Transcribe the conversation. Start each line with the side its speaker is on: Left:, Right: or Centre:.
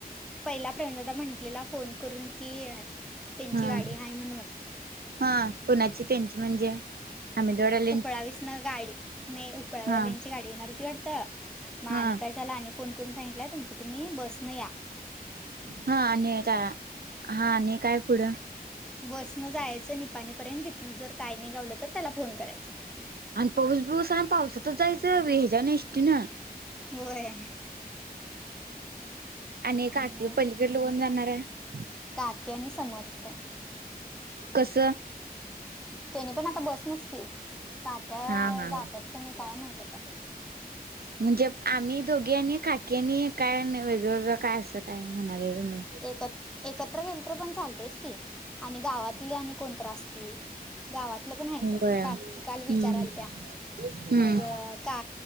Centre: पहिला प्रवीणदादा म्हटलेला फोन करून की, त्यांची
Right: हा
Centre: गाडी आहे म्हणून
Right: हा, कुणाची त्यांची म्हणजे? आम्ही देवड्याले
Centre: उपळावीस ना गाडी, नाही उपळावाल्यांची
Right: हा
Centre: गाडी येणार होती वाडत, म आणि
Right: हा
Centre: काय झाल आणि फोन करून सांगितलंय तुमचं तुम्ही बसन या.
Right: हा आणि काय हा आणि काय पुढं?
Centre: बसनं जायचं निपाणीपर्यंत तिथनं जर काय नाही गावलं तर त्याला फोन करायचाय.
Right: आणि पाऊस बीऊस आणि पावसातनच जायचं ह्याचान एसाटिन.
Centre: होय,
Right: आणि काकी
Centre: म.
Right: पलीकडलं कोण जाणार आहे
Centre: काकी आणि समर्थ.
Right: कसं?
Centre: त्यानी पण आता बसनचकी तात्या
Right: हा हा
Centre: जातात का नाही काय माहित आता.
Right: म्हणजे आम्ही दोघी आणि काकी आणि काय वेगवेगळ काय असं काय म्हणाले तुम्ही.
Centre: एकत, एकत्र गेल तर पण चालतेच की आणि गावातले आणि कोणतर असतील. गावातलं पण आहेत
Right: होय हम्म
Centre: काकी काल विचाराल त्या
Right: हम्म
Centre: मग का